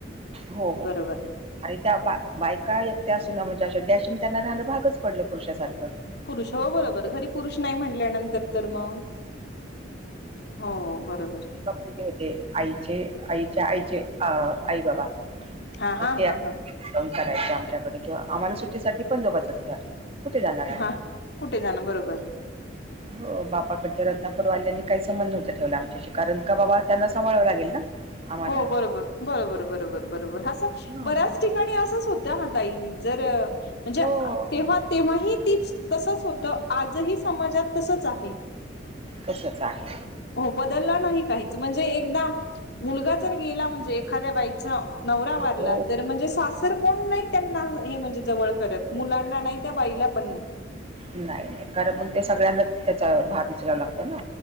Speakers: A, on the right (about 35°); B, on the left (about 60°).
A: हो हो
B: बरोबर.
A: आणि त्या बा बायका एकत्या असून म्हणजे अ डॅशिंग त्यांना राहणं भागच पडलं पुरुषासारखं.
B: पुरुष हो बरोबर घरी पुरुष नाही म्हटल्यानंतर. तर मग हो बरोबर.
A: <unintelligible> ते आईचे आईच्या आईचे अ आई बाबा
B: हा
A: अ
B: हा
A: ते
B: हा हा
A: फोन करायचे आमच्याकडे किंवा आम्हाला सुट्टीसाठी पण जवचंच घर कुठे जाणार आणि
B: हा कुठे जाणं बरोबर
A: हो बा पाक त्या रत्नापूरवाल्यानी काही संबंध नव्हता ठेवला आमच्याशी कारण का बाबा त्यांना सांभाळाव लागेल ना. आम्हाला
B: हो बरोबर बरोबर बरोबर बरोबर असं
A: हा.
B: बऱ्याच ठिकाणी असंच होत. त्या हा ताई जर म्हणजे
A: हो
B: तेव्हा तेव्हा ही तीच तसच होतं आजही समाजात तसच आहे.
A: तसच आहे.
B: हो बदलला नाही काहीच म्हणजे एकदा मुलगा जर गेला म्हणजे एखाद्या बाईचा नवरा वारला.
A: हो
B: तर म्हणजे सासर कोण नाही त्यांना हे म्हणजे जवळ करत मुलांना नाही त्या बाईला पण नाही.
A: नाही नाही कारण मग ते सगळ्यांनाच त्याचा भार उचलावा लागतो ना.